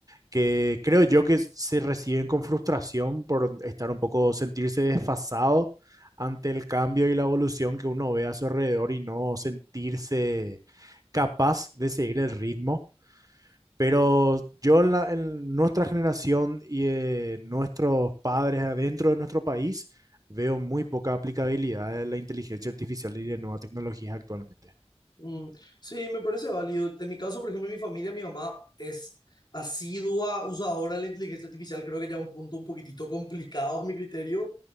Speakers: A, on the right (about 35°); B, on the left (about 40°).
A: que creo yo que se reciben con frustración por estar un poco, sentirse desfasado ante el cambio y la evolución que uno ve a su alrededor y no sentirse capaz de seguir el ritmo. Pero yo en, la- en nuestra generación y eh, nuestros padres adentro de nuestro país veo muy poca aplicabilidad de la inteligencia artificial y de nuevas tecnologías actualmente.
B: Mm, Sí, me parece válido. En mi caso, por ejemplo, mi familia, mi mamá es asidua usadora de la inteligencia artificial, creo que ya un punto un poquitito complicado a mi criterio,